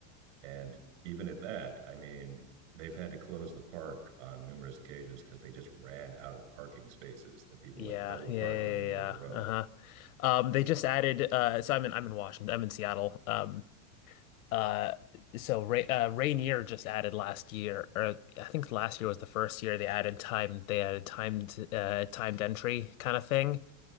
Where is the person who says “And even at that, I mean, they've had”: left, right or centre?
Right